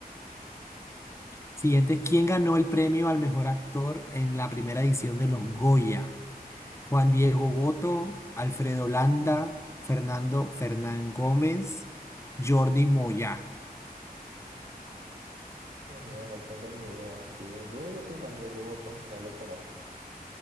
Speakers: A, on the left; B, on the right.
A: Siguiente, ¿quién ganó el premio al mejor actor en la primera edición de los Goya? Juan Diego Boto, Alfredo Landa, Fernando Fernán Gómez, Jordi Moya.
B: Oh, No, no tengo ni idea. Digo, yo digo que Juan Diego Botón, que no lo conozco.